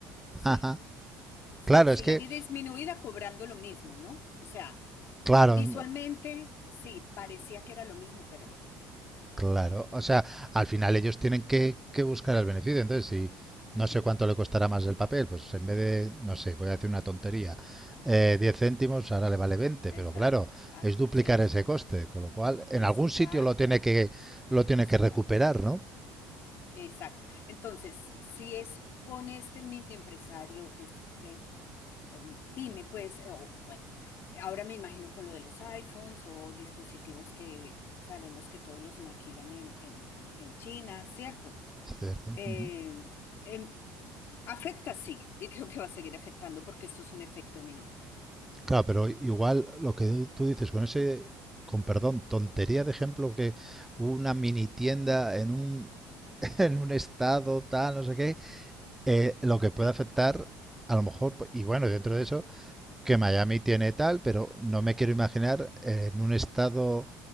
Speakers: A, on the left; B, in the centre.
A: Sí,
B: <laughs> Ajá.
A: sí,
B: Claro,
A: sí
B: es
A: la
B: que,
A: vi disminuida cobrando lo mismo, ¿no? O sea,
B: claro,
A: visualmente, sí, parecía que era lo mismo, pero no.
B: Claro, o sea, al final ellos tienen que, que buscar el beneficio. Entonces, si no sé cuánto le costará más el papel, pues en vez de, no sé, voy a decir una tontería, eh, 10 céntimos, ahora le vale veinte,
A: Exacto,
B: pero claro,
A: así
B: es duplicar
A: es.
B: ese coste, con lo cual en
A: Exacto,
B: algún sitio lo tiene que, lo tiene
A: te saca.
B: que recuperar, ¿no?
A: Exacto. Entonces, si es con este mini empresario, este um, pyme, pues, eh, o bueno, ahora me imagino con lo de los iPhones o dispositivos que sabemos que todos los maquilan en, en, en en China, ¿cierto?
B: Cierto.
A: Eh,
B: ujú.
A: em, afecta, sí, y creo que va a seguir afectando porque esto es un efecto dominó.
B: Claro, pero igual lo que tú dices con ese, con perdón, tontería de ejemplo que una mini tienda en un <laughs> en un estado tal, no sé qué, eh, lo que puede
A: Sí,
B: afectar, a lo mejor, y bueno, dentro de eso, que Miami tiene tal, pero no me quiero imaginar eh, en un estado